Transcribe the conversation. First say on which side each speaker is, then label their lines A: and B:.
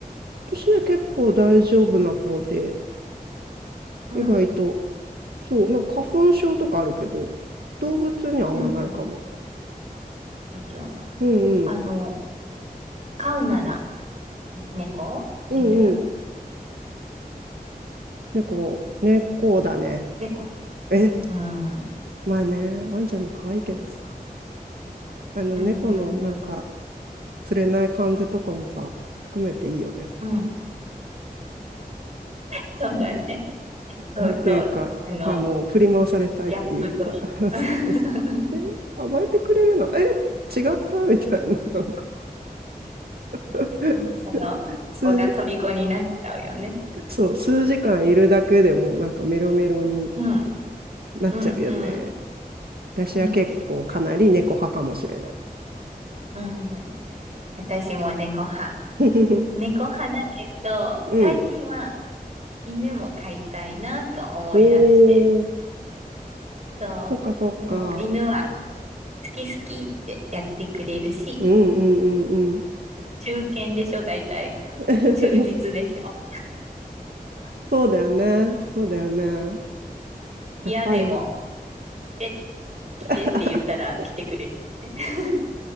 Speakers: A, on the right; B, on the right.
A: ですね、結構大丈夫な方で、
B: うん、
A: 意外と、そう、なんか花粉症とかあるけど、動物にはあんまないかも。
B: うん、うん。大丈夫。
A: うんうん、
B: あの、飼うなら、猫犬
A: うんうん。猫、猫だね。
B: 猫
A: え、
B: うん、うん、
A: まあね、ワンちゃんも可愛いけどさ、あの猫のなんか、
B: うん、
A: 釣れない感じとかもさ、含めていいよね。
B: うん、うん。そうだね。そうそう。
A: なんていうか、
B: あの、
A: あの、振り回されたいっていうか、
B: ギャップという
A: <laughs> そうそうそうえ、
B: <laughs>
A: 甘えてくれるのえ、違ったみたいな、なんか <laughs>
B: その、そこが虜になっちゃうよね。
A: 数そう、数時間いるだけでもなんかメロメロに
B: うん、
A: なっちゃうよね。
B: うん、うん、
A: 私は結構かなり猫派かもしれない。
B: うん。うん、私も猫派。
A: <laughs>
B: 猫派だけど、
A: うん。
B: 最近は犬も飼いたいなと思い出して。
A: おー、
B: そう。
A: そっかそっか。
B: でも犬は好き好きってやってくれるし、
A: うんうんうんうん。
B: 忠犬でしょ、大体。
A: <laughs>
B: 忠実でしょ。
A: そうだよね。そうだよね。
B: 嫌でも、
A: やっぱり、
B: 来てって来てって言ったら来てくれるしね。
A: <laughs>